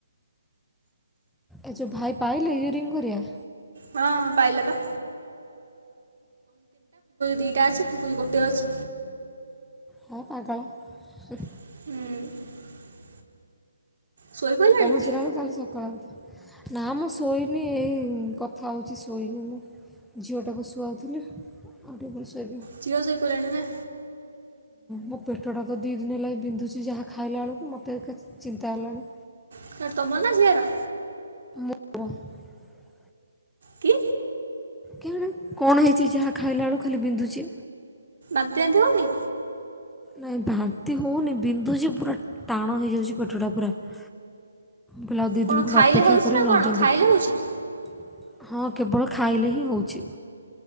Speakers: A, in the centre; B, on the right (about 65°).
A: ଏଇ ଯୋଉ ଭାଇ ପାଇଲେ ୟୁରିିଙ୍ଗ ଗୁରିଆ?
B: ହଁଁ ପାଇି ଲେପା, ଦିଟା ଅଛି ଗୋଟେ ଅଛି,
A: ହ ପାଗଳ।
B: ହୁଁ। ଶୋଇପଡ଼ିଲାଣି
A: ପହଞ୍ଚିଲା
B: କି
A: ବେଳକୁ କାଲି ସକାଳ ହବ। ନା ମୁଁ ଶୋଇନି ଏଇ କଥା ହଉଛି ଶୋଇନି ମୁଁ। ଝିଅଟାକୁ ଶୁଆଉଥିଲି ଆଉ ଟିକେ ଗଲେ ଶୋଇବି ଆ,,
B: ଝିଅ ଶୋଇପଡ଼ିଲାଣି ନା
A: ମୋ ପେଟଟା ତ ଦୁଇ ଦିନ ହେଲା ବିନ୍ଧୁଛି ଯାହା ଖାଇଲା ବେଳକୁ ମୋତେ ଚିନ୍ତା ହେଲାଣି।
B: ଫରେ ତମର ନା ଝିଅର?
A: <inaudible>
B: କି?
A: କିଣେ କଣ ହେଇଛି ଯାହା ଖାଇଲା ବେଳକୁ ଖାଲି ବିନ୍ଧୁଛି?
B: ବାନ୍ତି ଫାନ୍ତି ହେଉନି?
A: ନାଇଁ ବାନ୍ତି ହଉନି ବିନ୍ଧୁଛି ପୁରା ଟାଣ ହେଇଯାଉଛି ପେଟ ଟା ପୁରା। ମୁ କହିଲେ ଆଉ ଦୁଇ
B: କ'ଣ
A: ଦୀନ ଖଣ୍ଡେ
B: ଖାଇଲେ
A: ଅପେକ୍ଷା
B: ହେଉଛି
A: କରେ
B: ନା
A: ନହିଲେ
B: କ'ଣ
A: ଯାଇକି
B: ଖାଇଲେ
A: ଦେଖେ
B: ହେଉଛି
A: ହଁ କେବଳ ଖାଇଲେ ହିଁ ହଉଛି।